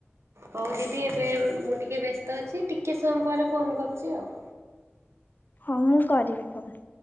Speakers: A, on the right; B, on the left.
A: ହଉ ଦିଦି, ଏବେ ମୁଁ ଟିକେ ବ୍ୟସ୍ତ ଅଛି, ଟିକେ ସମୟ ପରେ ଫୋନ କରୁଚି ଆଉ।
B: ହଁ ମୁଁ କରିବି ଫୋନ।